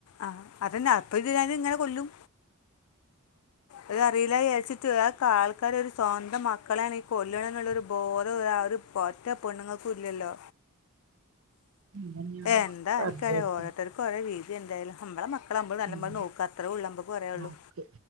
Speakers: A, on the left (about 85°); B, on the right (about 75°).
A: ആഹ് അതന്നെ അപ്പം ചെയ്താലും ഇങ്ങനെ കൊല്ലും. അത് അറിയില്ലായാച്ചി റ്റ് അ ഒക്കെ ആൾക്കാര് ഒരു സ്വന്തം മക്കളേണ് ഈ കൊല്ല്ണേന്നുള്ളരു ബോധം ആ ഒരു ഒറ്റ പെണ്ണുങ്ങൾക്കൂം ഇല്ലല്ലോ.
B: അതന്നെയാണ്
A: എന്താ
B: അവസ്ഥ
A: ആർക്കറിയാ
B: എല്ലായിടത്തും
A: ഓരോരുത്തർക്ക് ഓരോ രീ തി. എന്തായാലും നമ്മളെ മക്ക ളെ നമ്മള് നല്ലംമ്പോലെ
B: ഉം
A: നോക്കാ അത്രേയൊള്ളൂ നമക്ക് പറയാനുള്ളൂ.
B: നോക്ക്